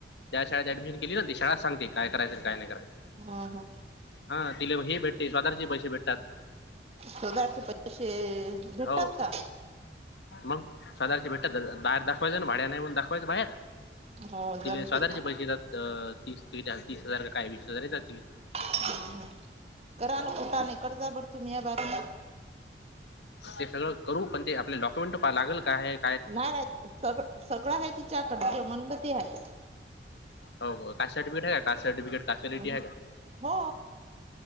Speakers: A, on the left; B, on the right.
A: त्या शाळेत ऍडमिशन केली ना ते शाळा सांगतेय काय करायच काय नाही करायच.
B: हा. हा
A: हा तिला हे भेटते स्वादारचे पैसे भेटतात.
B: सदाचे पैसे भेटतात
A: हो
B: का?
A: मग सदारची भेट बाहेर दाखवायचं. ना भाड्या नाही म्हणून दाखवायचं बाहेर
B: हो
A: तिला
B: जमते
A: सदार
B: हा,
A: पैसे येतात. अ, ती, तीस हजार काय वीस. हजार येतात तिले
B: हा हा रानातलं पाणी कर्जा <unintelligible>
A: ते सगळं करू पण ते आपले डॉक्युमेंट लागल काय आहेत.
B: नाही रा सगळ, सगळं आहे तिच्याकड म्हणलं ते हाय
A: हाव का, काशाड तरी
B: हो हो